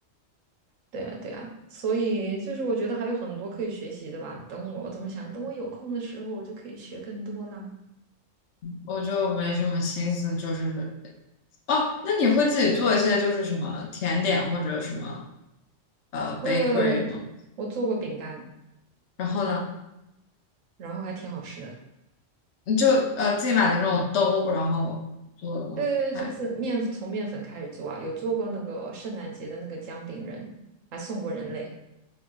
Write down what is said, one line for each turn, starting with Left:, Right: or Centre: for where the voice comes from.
Right: 对啊，对啊，所以就是我觉得还有很多可以学习的吧。等我，我总想等我有空的时候，我就可以学更多啦。
Left: 我就没什么心思，就是哦，那你会自己做一些就是什么甜点或者什么呃
Right: 我有我做过饼干，
Left: bakery 吗？然后呢？
Right: 然后还挺好吃的。
Left: 你就呃自己买的那种兜，然后做的吗？
Right: 对对对，
Left: 哎，
Right: 就自面从面粉开始做啊，有做过那个圣诞节的那个姜饼人，还送过人类